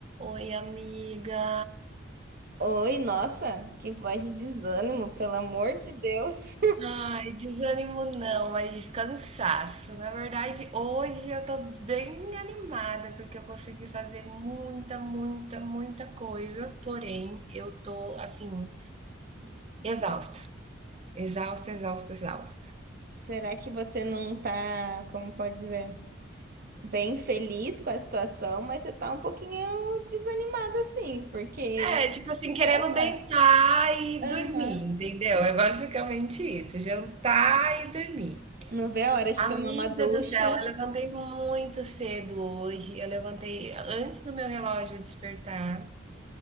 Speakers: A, on the right (about 30°); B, on the right (about 50°).
A: Oi, amiga.
B: Oi, nossa, que voz de desânimo, pelo amor de Deus.
A: Ai, desânimo não, mas cansaço. Na verdade, hoje eu tô bem animada porque eu consegui fazer muita, muita, muita coisa, porém eu tô assim,
B: <laughs>
A: exausta. Exausta, exausta, exausta.
B: Será que você não tá, como pode dizer, bem feliz com a situação, mas você tá um pouquinho desanimada assim, porque,
A: É, tipo assim, querendo
B: sei lá,
A: deitar e
B: aham.
A: dormir, entendeu? É basicamente isso, jantar e dormir.
B: Não vê a hora de
A: Amiga
B: tomar uma ducha.
A: do céu, eu levantei muito cedo hoje. Eu levantei antes do meu relógio despertar.